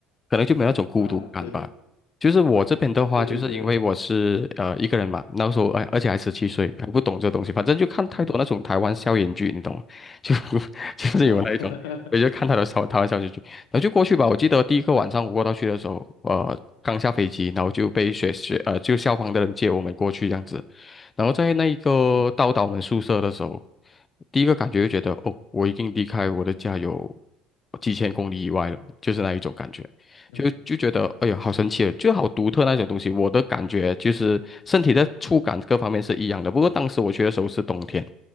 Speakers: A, on the left; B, on the left.
A: 可能就没有那种孤独感吧。
B: 啊，对
A: 就是我这边的话，
B: 对对对，
A: 就是因为我是呃一个人嘛，那时候哎，而且还十七岁，
B: 嗯
A: 还不懂这东西，反正就看太多那种台湾校园剧，
B: 嗯，
A: 你懂吗？<laughs> 就就是有那一种，
B: 懂，<laughs>
A: 我就看他的台台湾校园剧，然后就过去吧。我记得第一个晚上我过到去的时候，呃，刚下飞机，然后就被学学呃就校方的人接我们过去这样子，然后在那一个到达我们宿舍的时候，
B: 嗯
A: 第一个感觉就觉得哦，我已经离开我的家有几千公里以外了，就是那一种感觉。
B: 嗯，
A: 就就觉得，哎呀，好神奇哦，就好独特那种东西。我的感觉就是身体的触感各方面是一样的，不过当时我去的时候是冬天，